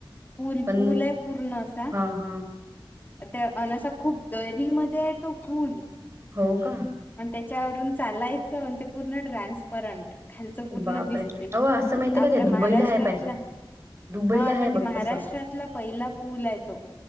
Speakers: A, on the left; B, on the right.
A: पूल
B: पण
A: पूल आहे पूर्ण असा.
B: हा हा
A: त्या अन आसा खूप दरी मध्ये आहे तो फुल.
B: हो का
A: आणि त्याच्यावरून चालायचं अन ते पूर्ण ट्रान्सपरंट खालच पूर्ण
B: बापरे
A: दिसते
B: अहो असं माहितीय
A: आपल्या
B: का त्या दुबईला
A: महाराष्ट्रातला
B: आहे पाय दुबईला
A: हा आता
B: आहे
A: ते
B: बघ
A: महाराष्ट्रातला
B: तसं
A: पहिला पूल आहे तो.